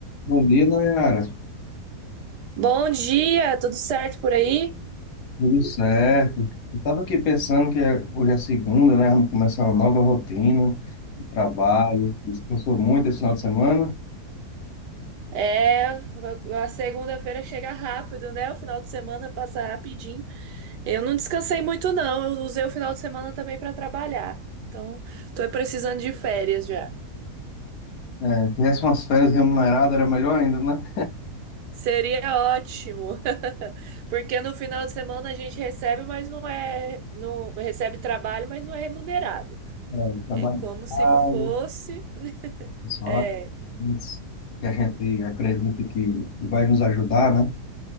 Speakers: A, on the left; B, on the right.
A: Bom dia, Nayara.
B: Bom dia, tudo certo por aí?
A: Tudo certo? Eu estava aqui pensando que é- hoje é segunda, né? Vamos começar uma nova rotina de trabalho. Descansou muito esse final de semana.
B: É, a segunda-feira chega rápido, né? O final de semana passa rapidinho. Eu não descansei muito, não. Eu usei o final de semana também para trabalhar. Então, tô precisando de férias já.
A: É, tivesse umas férias remuneradas, era melhor ainda, né?
B: Seria ótimo, porque no final de semana a gente recebe, mas não é, não recebe trabalho, mas não é remunerado.
A: É, trabalho
B: É como
A: em
B: se
A: casa,
B: fosse,
A: pessoal,
B: é,
A: isso que a gente acredita que, que vai nos ajudar, né?